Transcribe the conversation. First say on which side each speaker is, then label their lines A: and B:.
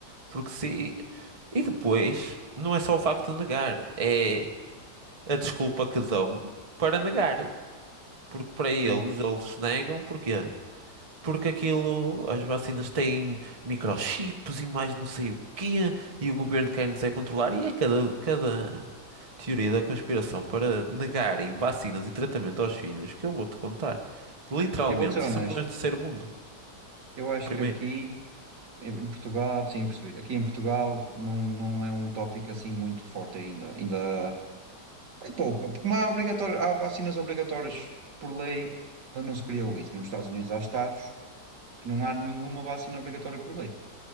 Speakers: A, on the right; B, on the right.
A: Porque se... E depois, não é só o facto de negar, é a desculpa que dão para negar. Porque para eles,
B: sim.
A: eles negam, porquê? Porque aquilo, as vacinas têm microchips e mais não sei o quê, e o governo quer-nos é controlar, e é cada, cada teoria da conspiração para negarem vacinas e tratamento aos filhos que eu vou-te contar. Literalmente,
B: Eu vou ser honesto.
A: isso são problemas do terceiro mundo,
B: Eu acho
A: primeiro.
B: que aqui em em Portugal, sim, eu percebi. Aqui em Portugal não, não é um tópico assim muito forte ainda. Ainda é pouco. Porque há, obrigatório, há vacinas obrigatórias por lei, ainda não se criou isso, mas nos Estados Unidos há estados que não há nenhuma vacina obrigatória por lei.